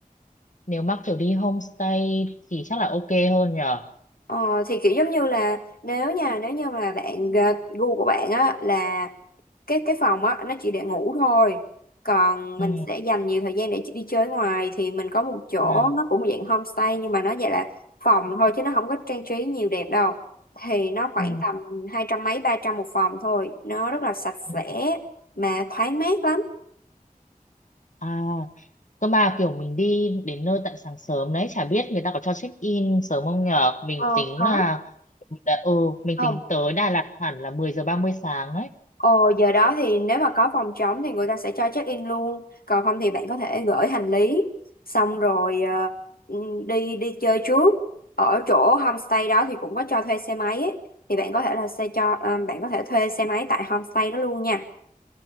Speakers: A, on the left; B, on the left.
A: nếu mắc kiểu đi homestay thì chắc là ok hơn nhở.
B: Ờ, thì kiểu giống như là nếu nha nếu như mà bạn ờ, gu của bạn á là cái cái phòng á nó chỉ để ngủ thôi còn mình
A: Ừ,
B: sẽ dành nhiều thời gian để đi chơi ngoài thì mình có một chỗ
A: ừ,
B: nó cũng dạng homestay nhưng mà nó vậy là phòng thôi chứ nó không có trang trí nhiều đẹp đâu thì nó khoảng
A: ừ,
B: tầm hai trăm mấy ba trăm một phòng thôi nó rất là sạch sẽ
A: ừ.
B: mà thoáng mát lắm
A: À, cơ mà kiểu mình đi đến nơi tận sáng sớm đấy, chả biết người ta có cho check in sớm không nhở? Mình
B: ờ
A: tính
B: có
A: là, đã- ừ, mình
B: không
A: tính tới Đà Lạt hẳn là 10 giờ 30 sáng đấy.
B: Ồ, giờ đó thì nếu mà có phòng trống thì người ta sẽ cho check in luôn. Còn không thì bạn có thể gửi hành lý xong rồi ờ, ừm, đi đi chơi trước. Ở chỗ homestay đó thì cũng có cho thuê xe máy ấy. Thì bạn có thể là xe cho ờ, bạn có thể thuê xe máy tại homestay đó luôn nha.